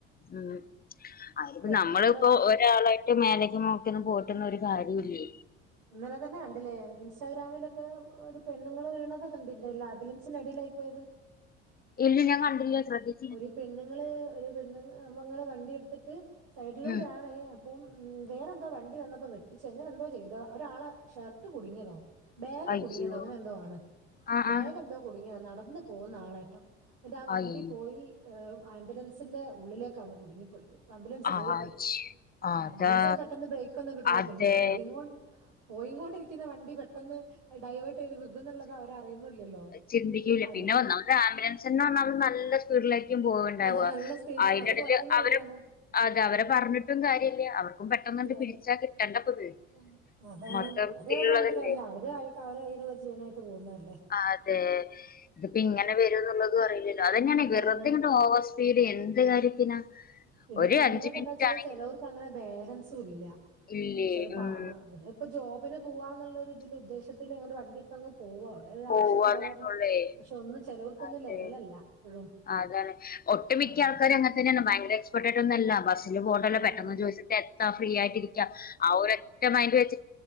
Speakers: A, on the left; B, on the right.
A: ഉം അതിപ്പം
B: എത്ര
A: നമ്മളിപ്പോ
B: ഇപ്പൊ
A: ഒരാളായിട്ട് മേലേക്ക് നോക്കി പോയിട്ടൊന്നും ഒരു കാര്യം ഇല്ലേ
B: ഇന്നലെ തന്നെ കണ്ടില്ലേ ഇൻസ്റ്റാഗ്രാമിലൊക്കെ ഒരു പെണ്ണുങ്ങള് വീണതാ കണ്ടില്ലേ ലാബില <unintelligible> അടിയിലായി പോയത്
A: ഇല്ല ഞാൻ കണ്ടില്ല ശ്രദ്ധി
B: ഒരു പെണ്ണുങ്ങള് ഒരു പെണ്ണ് അപങ്ങള് വണ്ടി എടുത്തിട്ട് സൈഡിലൂടെയാണ്
A: ഉം
B: അപ്പം ഉം വേറെന്തോ വണ്ടി വന്നപ്പോ വെട്ടിച്ച് അങ്ങനെ എന്തോ ചെയ്താ ഒരാളെ ഷർട്ട് കുടുങ്ങിയതോ ബാഗ്
A: അയ്യോ
B: കുടുങ്ങിന്നോ അങ്ങനെ എന്തോ ആണ്
A: ആഹ്
B: ബാഗ്
A: ആഹ്
B: എന്തോ കുടുങ്ങിയ നടന്ന് പോവുന്ന ആളെട്ടോ എന്നിട്ട് ആഹ് വണ്ടി
A: അയ്
B: ഈ ആംബുലൻസിന്റെ ഉള്ളിലേക്കാണ് കുടുങ്ങിപ്പോയത് ആംബുലൻസ്
A: ആജ്
B: കേറിപ്പോയി
A: അതാ
B: ആംബുലൻസ് പെട്ടെന്ന് ബ്രേക്ക് ഒന്നും കിട്ടൂല
A: അതെ
B: പിന്നെ പോയി കൊണ്ട് പോയികൊണ്ടിരിക്കുന്ന വണ്ടി പെട്ടെന്ന് ഡൈവേർട്ട് ചെയ്ത് വികുന്നുള്ളത് അവരറിയുന്നില്ലല്ലോ
A: ചിന്തിക്കൂല
B: ആംബുലൻസ്
A: പിന്നെ ഒന്നാമത് ആംബുലൻസന്റെ ഒന്നാമത് നല്ല സ്പീഡിലേക്കും പോവുണ്ടാവ
B: അതെ നല്ല സ്പീഡിലാണ്
A: അയ്നടക്ക്
B: അവര് പുറകുന്ന്
A: അവര്
B: വരികയാണ്
A: അതെ അവരെ
B: ഉം,
A: പറഞ്ഞിട്ടും കാര്യല്ല അവർക്കും പെട്ടെന്നെന്ന്
B: ഒരു കാര്യം
A: പിടിച്ചാ കിട്ടണ്ടപ്പത്
B: ഉം. അതാണ്
A: മൊത്തം
B: അവര്
A: ഇതിലുള്ളതല്ലേ
B: പറഞ്ഞിട്ട് കാര്യല്ല അവര് ആയിട്ട് അവരകയ്യിലുള്ള ജീവനായിട്ട് പോകുന്നല്ലേ
A: അതെ ഇതിപ്പം ഇങ്ങനെ വരുന്നുള്ളത് അറിയില്ലല്ലോ അതന്നെണ്
B: അതാണ്
A: വെറുതെ ഇങ്ങട്ട് ഓവർ സ് വിടി എന്ത് കാര്യത്തിനാ
B: പിന്നെ
A: ഒരു
B: പെണ്ണുങ്ങൾക്ക്
A: അഞ്ച് മിനിറ്റ്
B: എന്താ വെച്ചാല്
A: ആണെങ്കിലും
B: ചെലേർക്ക് അങ്ങനെ ബാലൻസും ഇല്ല
A: ഇല്ലേ
B: എന്താച്ചാല്
A: ഉം
B: ഇപ്പൊ ജോബിന് പോവാന്നുള്ള ഇതില് ഉദ്ദേശത്തില് ഇങ്ങട്ട് വണ്ടിയെടുത്തങ്ങ് പോവ ഓല
A: പോവാന്നന്നെ
B: ആവശ്യം നെറവേറണം
A: ഒള്ളേ
B: പക്ഷെ ഒന്ന് ചെലേർക്കൊന്നുല്ലെ
A: അതെ
B: ലെവലല്ല ഇപ്പഴും
A: അതാണ് ഒട്ടു മിക്ക
B: ആഹ്
A: ആൾക്കാര് അങ്ങനതന്നെണ് ഭയങ്കര എക്സ്പേർട്ടായിട്ടല്ല ബസ് പോണ്ടല്ലോ
B: ആഹ്
A: പെട്ടെന്ന് ചോയിച്ചിട്ട് എത്താം ഫ്രീ യായിട്ടിരിക്ക ആ ഒറ്റ മൈന്റ് വെച്ച്